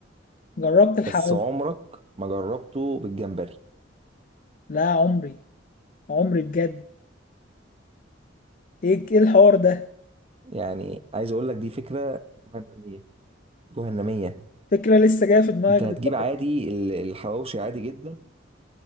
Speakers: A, on the left; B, on the right.
A: جربت الحواوشي
B: بس عمرك ما جربته بالجمبري
A: لا عمري عمري بجد ايه ايه الحوار ده
B: يعني عايز اقول لك دي فكره جهنميه جهنميه
A: فكرة لسه جاية في دماغك
B: انت
A: دلوقتي
B: هتجيب عادي ال- الحواوشي عادي جدا